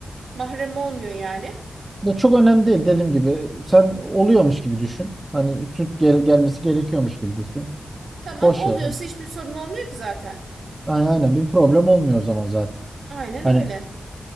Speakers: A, on the right; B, on the right.
A: Mahrem olmuyor yani.
B: Ya çok önemli değil dediğim gibi. Sen oluyormuş gibi düşün. Hani süt gel gelmesi gerekiyormuş gibi düşün.
A: Tamam
B: Boş
A: oluyorsa
B: ver.
A: hiçbir sorun olmuyor ki zaten.
B: Aynen, aynen bir problem olmuyor o zaman zaten.
A: Aynen
B: Hani
A: öyle.